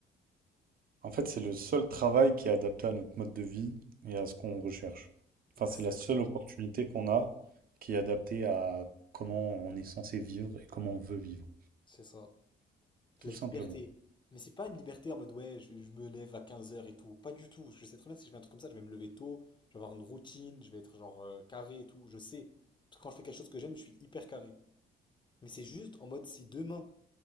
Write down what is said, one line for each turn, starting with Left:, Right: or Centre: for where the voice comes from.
Right: En fait, c'est le seul travail qui est adapté à notre mode de vie et à ce qu'on recherche. Enfin,
Left: Exactement.
Right: c'est la seule opportunité qu'on a qui est adaptée à comment on est censé vivre et comment on veut vivre.
Left: C'est ça.
Right: Tout
Left: La liberté.
Right: simplement.
Left: Mais c'est pas une liberté en mode ouais, je, je me lève à quinze heures et tout. Pas du tout. Je sais très bien que si je fais un truc comme ça, je vais me lever tôt, je vais avoir une routine, je vais être genre euh, carré et tout. Je sais. Parce que quand je fais quelque chose que j'aime, je suis hyper carré. Mais c'est juste en mode si demain